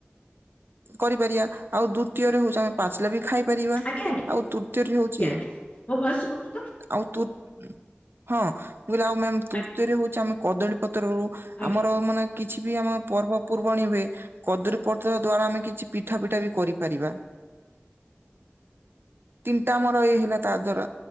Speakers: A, on the right; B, on the left.
A: କରିପାରିବା, ଆଉ ଦ୍ଵିତୀୟରେ ହଉଛି ଆମେ ପାଚିଲ ବି ଖାଇ ପାରିବା
B: ଆଜ୍ଞା ଆଜ୍ଞା
A: ଆଉ ତୃତୀୟରେ ହଉଛି
B: ଆଜ୍ଞା ଆଜ୍ଞା ମୋ ଭୟସ ଶୁଭୁଚି
A: ଆଉ ତୁ ହଁ ମୁ କହିଲି ଆଉ ମ୍ୟାମ ତୃତୀୟରେ
B: ଆଜ୍ଞା
A: ହଉଛି ଆମେ କଦଳୀ ପତ୍ରରୁ
B: ଆଜ୍ଞା
A: ଆମର ମାନେ କିଛି ବି ଆମ ପର୍ବପର୍ବାଣିୀ ହୁଏ କଦଳୀ ପତ୍ର ଦ୍ଵାରା ଆମେ କିଛି ପିଠା ପିଠା ବି କରିପାରିବା। ତିନିଟା ଆମର ଏଇ ହେଲା ତା ଦ୍ଵାରା